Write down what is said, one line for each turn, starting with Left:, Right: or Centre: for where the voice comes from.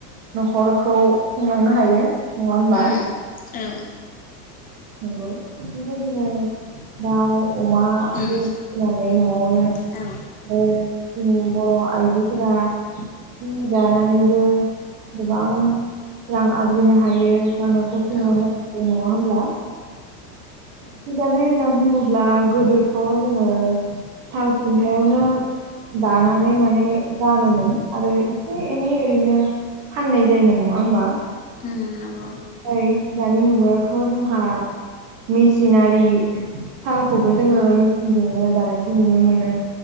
Right: न'खरखौ खुंलांनो हायो। होमबा
Left: उम औ।
Right: नंगौ। थिग बेबादिनो दाउ, अमाबो
Left: उम
Right: फिसिनानै न'आवनो
Left: औ
Right: आरो जोंनि बर' आइजोफोरा सि दानानैबो गोबां रां आरजिनो हायो बा न'खर खुंलांनो
Left: औ
Right: हायो नङा होनब्ला? सि दानाय होनना बुङोब्ला गोदोथ' जोङो साल खुन्थायावनो दानानै माने गानोमोन आरो एसे एनै ओरैनो फाननाय जायोमोन नङा होमबा?
Left: ओम नंगौ।
Right: ओइ दानि मुगायावथ' जोंहा मेसिनारि सालखौबो जोङो
Left: औ
Right: मेसिनजोंनो दानायखौ नुनो मोनो।